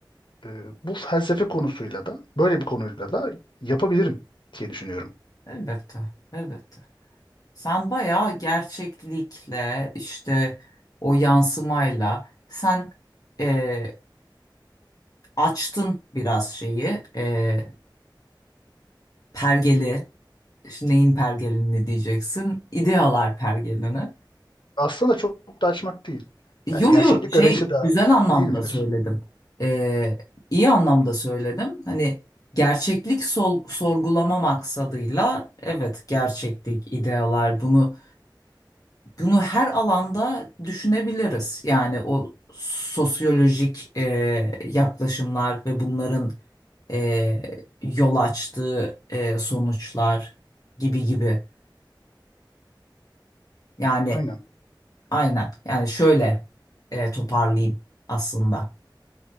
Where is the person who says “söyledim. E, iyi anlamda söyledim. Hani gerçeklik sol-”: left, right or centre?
Left